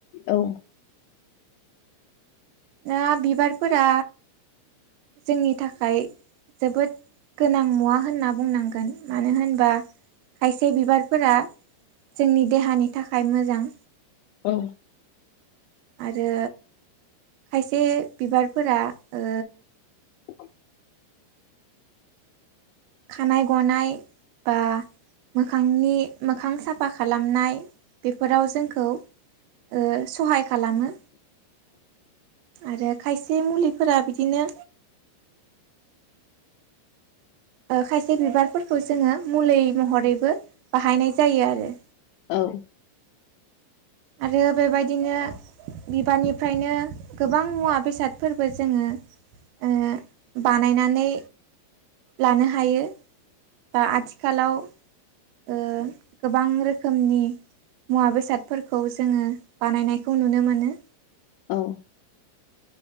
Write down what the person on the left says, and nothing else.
औ।
औ।
<inaudible>
औ।
औ।